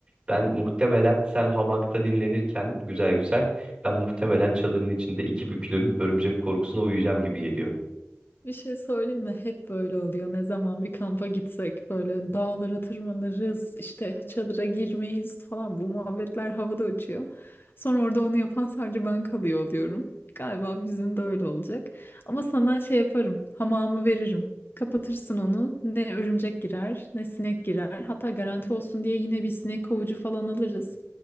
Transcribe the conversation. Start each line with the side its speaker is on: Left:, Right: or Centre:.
Right: ben muhtemelen sen hamakta dinlenirken güzel güzel ben muhtemelen çadırın içinde iki büklüm örümcek korkusuna uyuyacağım gibi geliyor.
Left: Bir şey söyleyeyim mi? Hep böyle oluyor. Ne zaman bir kampa gitsek böyle dağlara tırmanırız, işte çadıra girmeyiz falan. Bu muhabbetler havada uçuyor. Sonra orada onu yapan sadece ben kalıyor oluyorum. Galiba bizim de öyle olacak. Ama sana şey yaparım, hamamı veririm. Kapatırsın onu. Ne örümcek girer, ne sinek girer. Hatta garanti olsun diye yine bir sinek kovucu falan alırız.